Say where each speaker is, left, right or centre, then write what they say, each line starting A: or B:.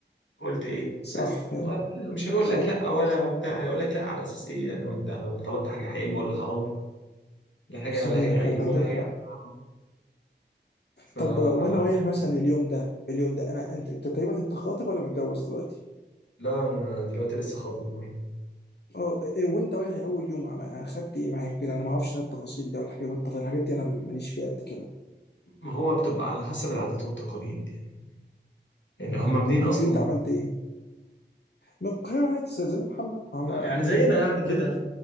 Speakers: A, on the left; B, on the left.
A: قلت ايه
B: صح
A: بس
B: فعلا
A: هو مش هيقول
B: صح
A: لك لا ولا بتاع هيقول لك لا على اساس ايه يعني وانت طلبت حاجه عيب ولا حرام لا حاجه
B: صحيح
A: لا هي عيب
B: فعلا عندك
A: ولا هي
B: حق
A: حرام ف آه.
B: طب وانا رايح مثلا اليوم ده اليوم ده انا انت انت تقريبا انت خاطب ولا متجوز دلوقتي؟
A: لا انا دلوقتي لسه خاطب برضه
B: اه إيه وانت رايح اول يوم عم- اخدت ايه معاك كده انا ما اعرفش انا التفاصيل دي والحاجات والتفاصيل الحاجات دي انا ماليش فيها قد كده
A: ما هو بتبقى على حسب العادات والتقاليد يعني يعني
B: مم.
A: هم منين اصلا
B: انت أنت عملت ايه؟ من القاهرة عادي زي زي محمد عم-
A: يعني زينا يعني
B: كلنا
A: كده